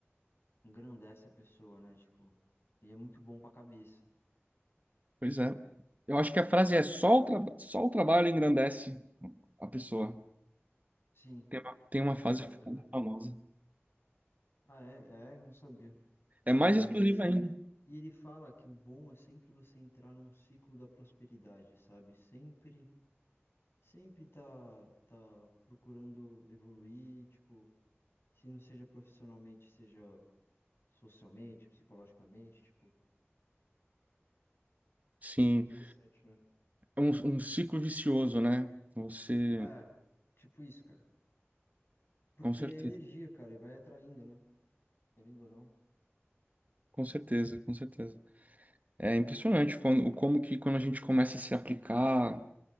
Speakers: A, on the left; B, on the right.
A: engrandece a pessoa, né? Tipo, e é muito bom pra cabeça.
B: Pois é. Eu acho que a
A: E
B: frase é só o, traba- só o trabalho engrandece a pessoa.
A: sim,
B: Tem uma, tem
A: só
B: uma
A: o
B: frase
A: trabalho, é verdade.
B: famosa.
A: Ah, é, é, não sabia.
B: É
A: Mas
B: mais exclusiva
A: ele sempre.
B: ainda.
A: E ele fala que o bom é sempre você entrar num ciclo da prosperidade, sabe? Sempre sempre tá, tá procurando evoluir, tipo, se não seja profissionalmente, seja socialmente, psicologicamente, tipo,
B: Sim,
A: interessante, né?
B: é um, um ciclo vicioso, né? Você,
A: É, tipo isso, cara. Porque
B: com certeza,
A: é energia, cara, e vai atraindo, né? Querendo ou não.
B: com certeza, com certeza. É impressionante quando, o como que quando a gente começa a se aplicar,